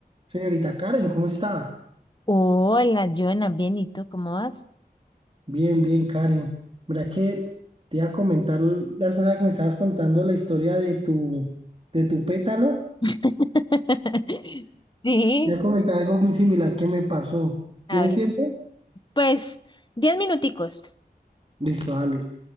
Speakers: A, on the right; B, on the left.
A: Señorita Karen, ¿cómo está?
B: Hola, Joana, bien, ¿y tú cómo vas?
A: Bien, bien, Karen. Verá que te iba a comentar la vez pasada que me estabas contando la historia de tu, de tu pétalo.
B: <laughs> Sí,
A: Te iba a comentar algo muy similar que me pasó. ¿Tienes
B: a ver,
A: tiempo?
B: pues, diez minuticos.
A: Listo, dale.